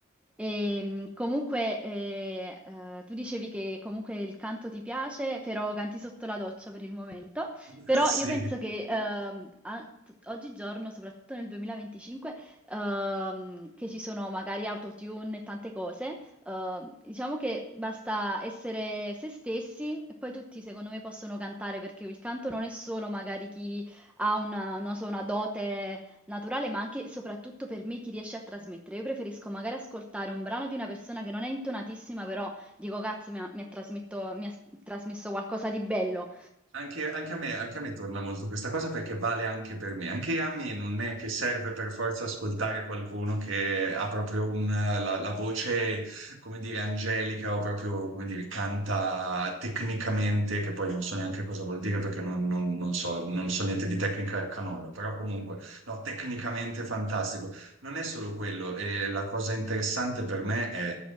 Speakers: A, in the centre; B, on the right.
A: E, comunque, eh, eh, tu dicevi che comunque il canto ti piace, però canti sotto la doccia per il momento,
B: <laughs>
A: però io
B: Sì.
A: penso che ehm, a- oggigiorno, soprattutto nel 2025, ehm, che ci sono magari autotune e tante cose, Ehm, diciamo che basta essere se stessi e poi tutti, secondo me, possono cantare perché il canto non è solo magari chi ha una, non so, una dote naturale, ma anche e soprattutto per me chi riesce a trasmettere. Io preferisco magari ascoltare un brano di una persona che non è intonatissima, però dico, cazzo, mi ha, mi ha trasmetto- mi ha s- trasmesso qualcosa di bello,
B: Anche, anche a me, anche a me torna molto questa cosa perché vale anche per me. Anche a me non è che serve per forza ascoltare qualcuno che ha proprio un, la, la voce, come dire, angelica o proprio, come dire, canta tecnicamente, che poi non so neanche cosa vuol dire perché non, non- non so, non so niente di tecnica canora, però comunque, no, tecnicamente fantastico. Non è solo quello, e la cosa interessante per me è